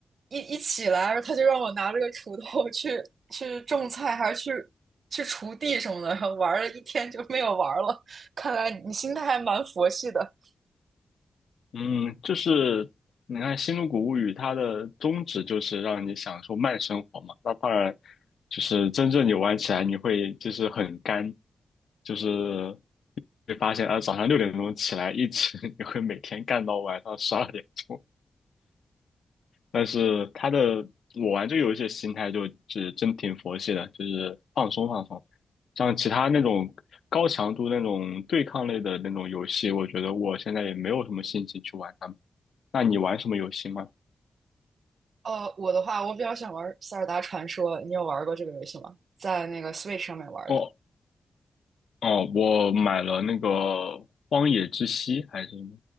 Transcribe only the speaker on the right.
一一起来，他就让我拿着个锄头去去种菜，还是去去锄地什么的，然后玩了一天就没有玩了。<laughs> 看来你心态还蛮佛系的。
呃，我的话，我比较想玩《塞尔达传说》，你有玩过这个游戏吗？在那个 Switch 上面玩的。